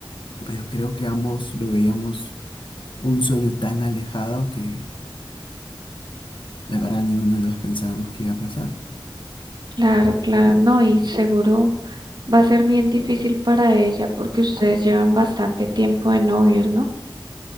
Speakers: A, on the left; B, on the right.
A: pero creo que ambos lo veíamos un sueño tan alejado que la verdad ninguno de los dos pensábamos que iba a pasar.
B: Claro, claro, no, y seguro va a ser bien difícil para ella porque ustedes llevan bastante tiempo de novios, ¿no?